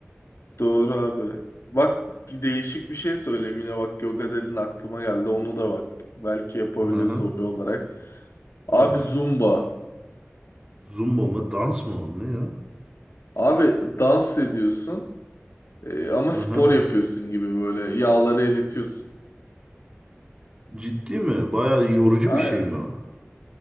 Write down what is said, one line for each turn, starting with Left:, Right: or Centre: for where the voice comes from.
Left: Doğru abi. Bak değişik bir şey söyleyeyim yine bak yoga dedin aklıma geldi onu da bak belki yapabiliriz
Right: Hı-hı.
Left: hobi olarak. Abi
Right: Evet.
Left: zumba.
Right: Zumba mı? Dans mı o? Ne ya?
Left: Abi dans ediyorsun e, ama
Right: Hı-hı.
Left: spor yapıyorsun gibi böyle yağları eritiyorsun.
Right: Ciddi mi? Bayağı yorucu
Left: Aynen.
Right: bir şey mi o?